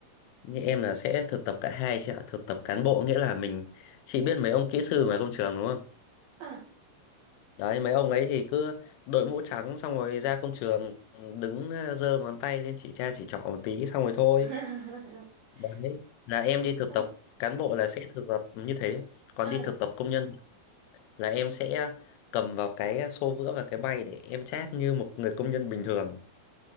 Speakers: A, on the left; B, on the right.
A: Như em là sẽ thực tập cả hai chị ạ. Thực tập cán bộ nghĩa là mình chị biết mấy ông kỹ sư ngoài công trường đúng không?
B: à.
A: Đấy mấy ông ấy thì cứ đội mũ trắng xong rồi ra công trường đứng ờ, giơ ngón tay lên chỉ cha chỉ trỏ một tí xong rồi thôi
B: <laughs>
A: Đấy, là em đi thực
B: à,
A: tập cán bộ là sẽ thực tập như thế. Còn
B: à.
A: đi thực tập công nhân là em sẽ cầm vào cái xô vữa và cái bay để em chát như một người công nhân bình thường.